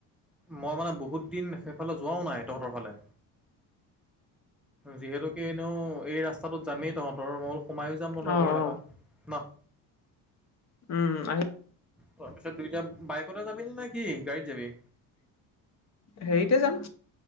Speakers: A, in the centre; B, on the left (about 40°).
A: মই মানে বহুত দিন সেইফালে যোৱাও নাই তহঁতৰ ফালে। যিহেতু ত এনেও এই ৰাস্তাটো যামেই তহঁতৰ মই অল সোমাই যাম তহঁৰ
B: অ
A: ঘৰত
B: অ
A: এবাৰ ন। <inaudible>
B: উম, উম।
A: তাৰপিছত দুইটা বাইকতে যাবি ন নেকি গাড়ীত যাবি।
B: হেৰিতে যাম।